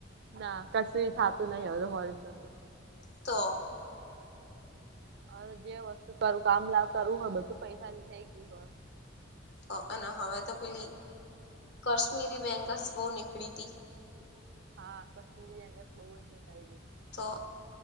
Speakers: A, on the right; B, on the left.
A: ના કસું થાતું નહી હવે તો હો રૂપિયા મયે.
B: તો
A: હવે જે વસ્તુ કરું કામ લા કરવું હોય બધું પૈસા થી થઈ ગયું હ.
B: હ અને હવે તો પેલી કાશ્મીરી બેંગલ્સ બવ નીકળી હતી.
A: હા કશ્મિરી બેંગ્લસ બહુ નિકરેલી <unintelligible>
B: તો